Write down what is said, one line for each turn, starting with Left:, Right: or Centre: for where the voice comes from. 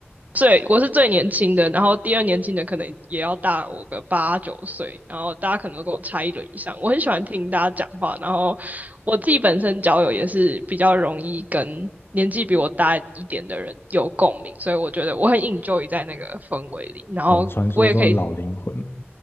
Right: 最我是最年轻的，然后第二年轻的可能也要大我个八九岁，然后大家可能都跟我差一轮以上。我很喜欢听大家讲话，然后我自己本身交友也是比较容易跟年纪比我大一点的人有共鸣，所以我觉得我很 enjoy 在那个氛围里，然后我也可以，
Left: 哦，传说中的老灵魂，